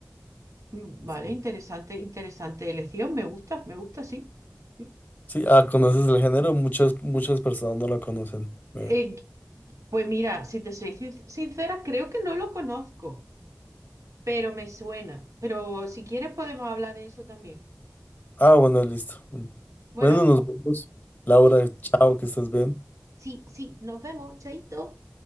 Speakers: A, on the right; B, on the left.
A: Mm, Vale,
B: Sí,
A: interesante, interesante elección. Me gusta, me gusta, sí. Sí.
B: Sí, ah, conoces el género, muchas, muchas personas no lo conocen. Veo.
A: Eh, pues mira, si te soy sin- sincera, creo que no lo conozco, pero me suena. Pero si quieres podemos hablar de eso también.
B: Ah, bueno, listo. Bueno,
A: Bueno,
B: Bueno, nos vemos. Laura,
A: Sí,
B: chao, que estés bien.
A: Sí, sí, nos vemos, chaito.